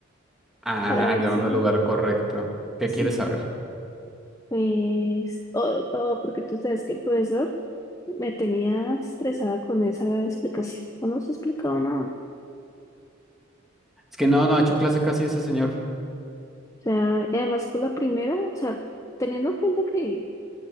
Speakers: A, in the centre; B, on the left (about 15°).
A: Ah,
B: para ver
A: llegamos
B: si,
A: al lugar correcto. ¿Qué
B: si,
A: quieres saber?
B: pues, o o porque tú sabes que el profesor me tenía estresada con esa explicación, no nos explicaba nada. O
A: Es que no, no ha hecho clase casi ese señor.
B: sea, y además por la primera, o sea, teniendo en cuenta que